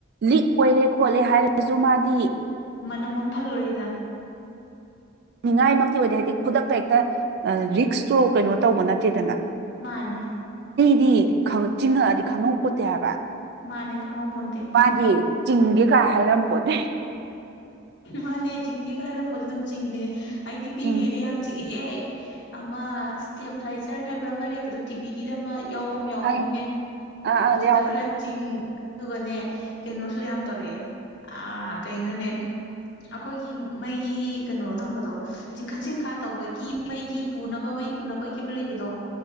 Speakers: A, on the right (about 55°); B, on the left (about 60°).
A: ꯂꯤꯛ ꯑꯣꯏꯔꯦ ꯈꯣꯠꯂꯦ ꯍꯥꯏꯔꯖꯨ ꯃ ꯗꯤ
B: ꯃꯅꯝ ꯑꯃ ꯊꯗꯣꯔꯛꯏꯗꯅ
A: ꯉꯥꯏꯃꯛꯇꯤ ꯑꯣꯏꯗꯦ ꯍꯥꯏꯗꯤ ꯈꯨꯗꯛꯇ ꯍꯦꯛꯇ ꯔꯤꯛꯁꯇꯨ ꯀꯩꯅꯣ ꯇꯧꯕ ꯅꯠꯇꯦꯗꯅ
B: ꯃꯥꯅꯦ
A: ꯗꯤ ꯈ ꯆꯤꯡꯉꯛꯑꯗꯤ ꯈꯪꯍꯧꯄꯣꯠꯇꯦ ꯍꯥꯏꯕ
B: ꯃꯥꯅꯦ ꯈꯥꯡꯍꯧ ꯄꯣꯟꯇꯦ
A: ꯃꯥꯗꯤ ꯆꯤꯡꯒꯦ ꯀꯥꯏ ꯍꯥꯏꯔꯝꯄꯣꯟꯇꯦ
B: ꯃꯥꯅꯦ ꯆꯤꯡꯒꯦ ꯀ ꯍꯥꯏꯔꯝꯕꯣꯗꯤ ꯑꯗꯨꯝ ꯆꯤꯡꯕꯤꯅꯦ ꯑꯩꯗꯤ ꯄꯤꯛꯏꯉꯩꯗ
A: ꯆꯤꯡ
B: ꯌꯥꯝ ꯆꯪ ꯑꯦ ꯑꯃ ꯏꯁꯇꯦꯞꯂꯥꯏꯖꯔ ꯍꯥꯏꯕ꯭ꯔ ꯑꯃ ꯂꯩꯕꯗꯣ ꯇꯤꯚꯤꯒꯤꯗ ꯑꯃ ꯌꯥꯎꯕ ꯑꯃ ꯌꯥꯎꯕꯅꯤꯅꯦ
A: ꯈꯪꯉꯦ ꯑꯥ ꯑꯥ
B: ꯑꯗꯨꯗ
A: ꯌꯥꯎꯕꯅꯦ
B: ꯈꯔ ꯆꯤꯡ ꯑꯗꯨꯒꯅꯦ ꯀꯩꯅꯣꯁꯨ ꯌꯥꯝ ꯇꯧꯔꯛꯑꯦ ꯑꯥ ꯀꯩꯅꯣꯅꯦ ꯑꯈꯣꯏꯒꯤ ꯃꯩꯒꯤ ꯀꯩꯅꯣ ꯊꯝꯕꯗꯣ ꯆꯤꯡꯈꯠ ꯆꯤꯡꯈ ꯇꯧꯕꯒꯤ ꯃꯩꯒꯤ ꯄꯨꯅꯕ ꯃꯩ ꯄꯨꯅꯕꯒꯤ ꯑꯃ ꯂꯩꯕꯗꯣ